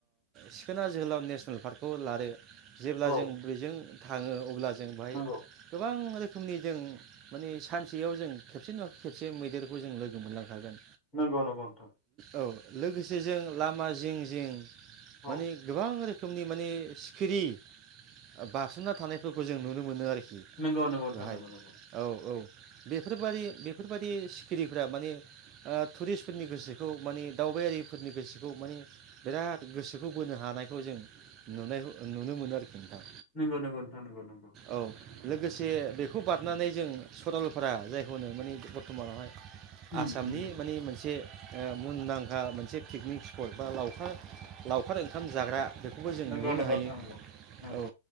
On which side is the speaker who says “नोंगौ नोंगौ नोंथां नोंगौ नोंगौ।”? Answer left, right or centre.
Left